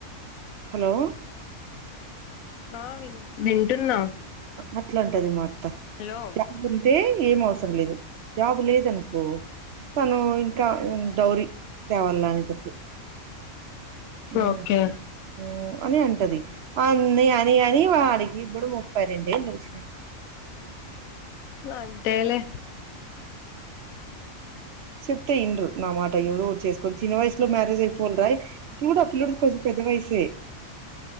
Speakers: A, on the right; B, on the left.
A: హలో
B: ఆ విన్ వింటున్నా
A: అట్లంటది మాత్ త్తం
B: హలో
A: <unintelligible> ఉంటే ఏం అవస్ సం లేదు జాబు లేదనుకో తను క ఉమ్మ్ డౌరి దేవలానే తట్టు అ
B: ఓకే
A: హు అని అంటది అన్నీ అని అని వాడికి ఇప్పుడు ముప్పై రెండేళ్ళు వచ్చినయి
B: అంతేలే
A: చెప్తే ఇండ్రు నా మాట ఏదో చేసుకొని చిన్న వయసులో మ్యారేజ్ అయిపోండ్రాయి ఇప్పుడు ఆ పిల్లడు కొంచం పెద్ద వయస్సే